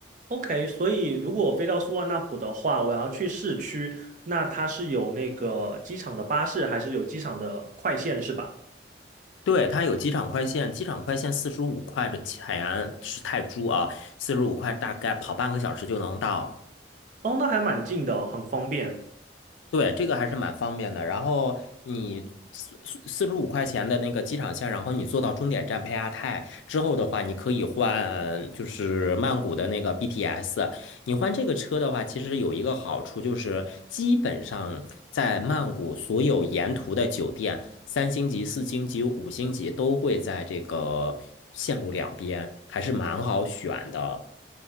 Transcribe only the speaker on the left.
对，它有机场快线，机场快线四十五块的钱是泰铢啊，四十五块大概跑半个小时就能到。
对，这个还是蛮方便的。然后你四四四十五块钱的那个机场线，然后你坐到终点站佩亚泰之后的话，你可以换就是曼谷的那个 BTS。你换这个车的话，其实有一个好处就是，基本上在曼谷所有沿途的酒店，三星级、四星级、五星级都会在这个线路两边，还是蛮好选的。